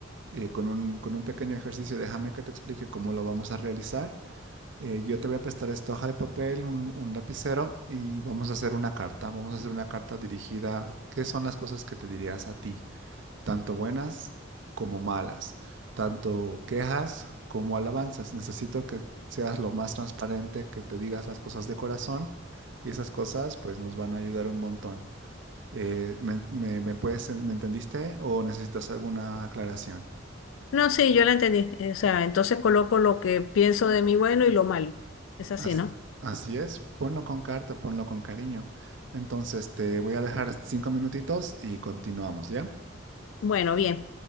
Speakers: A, on the right; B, on the left.
A: eh, con un, con un pequeño ejercicio. Déjame que te explique cómo lo vamos a realizar. Eh, yo te voy a prestar esta hoja de papel, un, un lapicero y vamos a hacer una carta. Vamos a hacer una carta dirigida. ¿Qué son las cosas que te dirías a ti? Tanto buenas como malas. Tanto quejas como alabanzas. Necesito que seas lo más transparente, que te digas las cosas de corazón y esas cosas pues nos van a ayudar un montón. Eh, me, me- me puedes, ¿me entendiste o necesitas alguna aclaración?
B: No, sí, yo la entendí. Eh, O sea, entonces coloco lo que pienso de mí bueno y lo malo. Es así,
A: As-
B: ¿no?
A: así es, ponlo con carta, ponlo con cariño. Entonces te voy a dejar cinco minutitos y continuamos, ¿ya?
B: Bueno, bien.